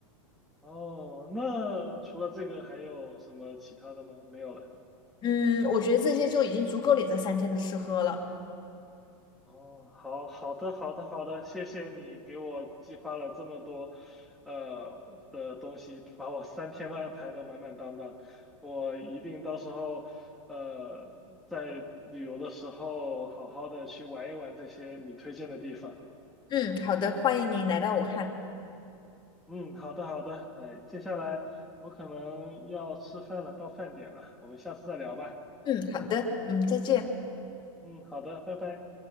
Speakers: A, in the centre; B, on the left (about 25°).
A: 哦，那除了这个还有什么其他的吗？没有了。
B: 嗯，我觉得这些就已经足够你这三天的吃喝了。
A: 哦，好好的，好的，好的，谢谢你给我计划了这么多，呃的东西，把我三天都安排的满满当当。我一定到时候，呃，在旅游的时候好好的去玩一玩这些你推荐的地方。
B: 嗯，好的，欢迎你来到武汉。
A: 嗯，好的，好的，哎，接下来我可能要吃饭了，到饭点了，我们下次再聊吧。
B: 嗯，好的，嗯，再见。
A: 嗯，好的，拜拜。